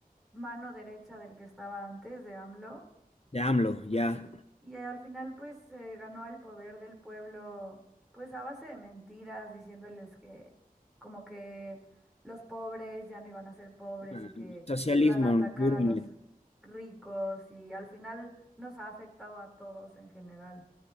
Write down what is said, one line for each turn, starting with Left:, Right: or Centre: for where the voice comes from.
Centre: mano derecha del que estaba antes de AMLO.
Left: De AMLO, ya.
Centre: Y al final pues se ganó el poder del pueblo pues a base de mentiras, diciéndoles que como que los pobres ya no iban a ser pobres
Left: Ah,
Centre: y que
Left: Socialismo
Centre: iban a atacar
Left: puro
Centre: a
Left: y
Centre: los ricos y al final nos ha afectado a todos en general.